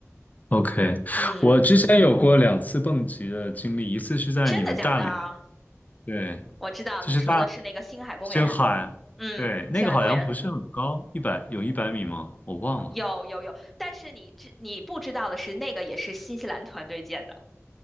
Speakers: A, on the left (about 35°); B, in the centre.
A: ，OK，
B: 嗯，
A: 我之前有过两次蹦极的经历，一次是在你们大连，
B: 真的假的啊？
A: 对，
B: 我知道你说的是那个星海公园。
A: 就是大星海，
B: 嗯，
A: 对，
B: 星海公园
A: 那个好像不是很高，一百有一百米吗？我忘了。
B: 有有有，但是你知你不知道的是，那个也是新西兰团队建的。